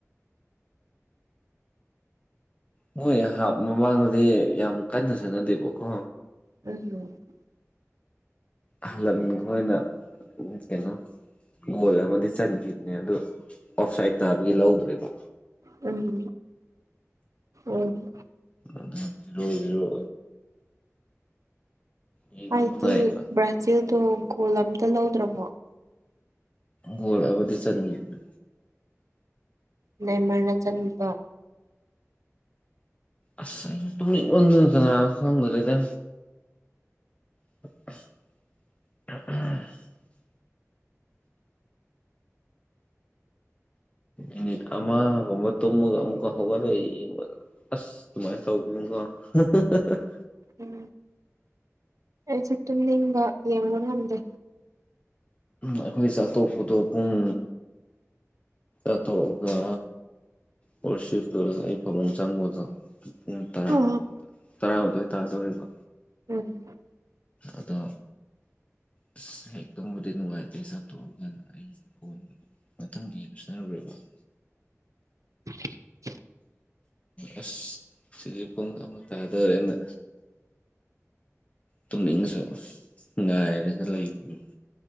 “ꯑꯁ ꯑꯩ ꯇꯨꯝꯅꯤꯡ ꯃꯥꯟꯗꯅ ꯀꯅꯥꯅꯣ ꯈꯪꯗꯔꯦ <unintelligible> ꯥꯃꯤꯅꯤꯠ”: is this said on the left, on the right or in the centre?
Left